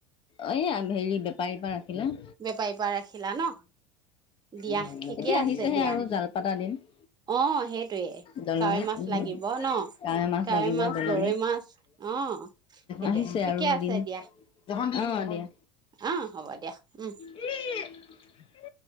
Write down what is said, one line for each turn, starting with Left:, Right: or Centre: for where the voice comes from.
Left: অয়া হেৰি বেপাৰীৰ পা উম,
Right: বেপাৰীৰ পৰা ৰাখিলা ন দিয়া
Left: এতিয়া
Right: ঠিকে
Left: আহিছেহে
Right: আছে দিয়া
Left: আৰু জাল পাতা দিন। <inaudible>
Right: অ' সেইটয়ে
Left: দলনিত
Right: কাৱৈ মাছ
Left: উম
Right: লাগিব ন'
Left: মাছ
Right: কাৱৈ
Left: লাগিব
Right: মাছ,
Left: দলনিত
Right: গৰৈ মাছ, অ'। সেইটোয়ে।
Left: আহিছে
Right: ঠিকে
Left: আৰু
Right: আছে
Left: দিন
Right: দিয়া।
Left: অ' দিয়া।
Right: অ' হ'ব দিয়া উম।
Left: <inaudible>